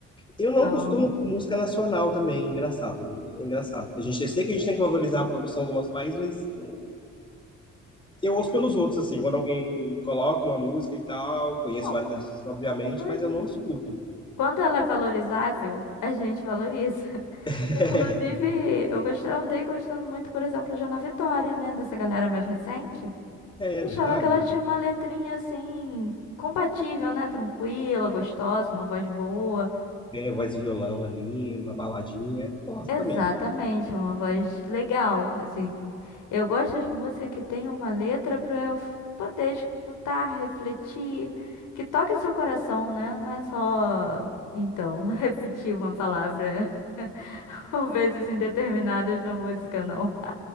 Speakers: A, on the left (about 15°); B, on the left (about 85°).
A: Eu não
B: Então,
A: costumo com música nacional também, é engraçado. É Engraçado. Porque a gente, eu sei que a gente tem que valorizar a produção de alguns países, mas eu ouço pelos outros, assim, quando alguém coloca uma música e tal. Conheço
B: não,
A: vários artistas, obviamente,
B: foi.
A: mas eu não escuto.
B: quando ela é valorizável, a gente valoriza. <laughs>
A: <laughs>
B: Inclusive, eu gostei, andei gostando muito, por exemplo, de Ana Vitória, né, dessa galera mais recente.
A: É, é
B: Achava
A: verdade.
B: que ela tinha uma letrinha assim, compatível, né, tranquila, gostosa, uma voz boa.
A: É, voz e violão ali, uma baladinha, gosto
B: Exatamente,
A: também.
B: é uma voz legal. Assim, eu gosto de música que tem uma letra para eu f- poder escutar, refletir, que toque seu coração, né? Não é só, então, <laughs> repetir uma palavra <laughs> ou vezes indeterminadas na música, não.